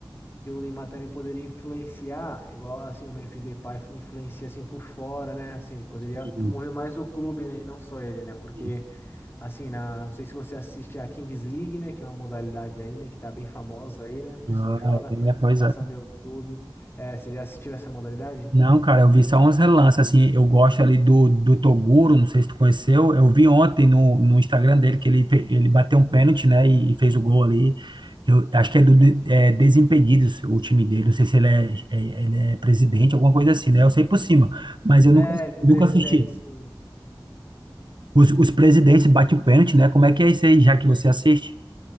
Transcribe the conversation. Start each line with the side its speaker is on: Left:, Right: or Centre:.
Left: que o Neymar também poderia influenciar, igual assim o Memphis Depay influencia assim por fora, né? Assim, ele poderia
Right: sim,
Left: promover mais o clube, né? E não só ele, né? Porque
Right: sim.
Left: assim, na, não sei se você assiste a Kings League, né? Que é uma modalidade aí, né? Que tá bem famosa aí, né? O pessoal
Right: Ah,
Left: joga,
Right: é, pois
Left: passa
Right: é.
Left: no YouTube. É, você já assistiu essa modalidade?
Right: Não, cara, eu vi só uns relances, assim, eu gosto ali do, do Toguro, não sei se tu conheceu, eu vi ontem no, no Instagram dele que ele, fe- ele bateu um pênalti, né, e, e fez o gol ali, eu acho que é do de- é, Desimpedidos o time dele, não sei se ele é, é- ele é presidente, alguma coisa assim, né, eu sei por cima, mas eu
Left: É,
Right: nunca,
Left: ele é
Right: nunca
Left: presidente,
Right: assisti.
Left: sim.
Right: Os, os presidentes batem o pênalti, né, como é que é isso aí, já que você assiste?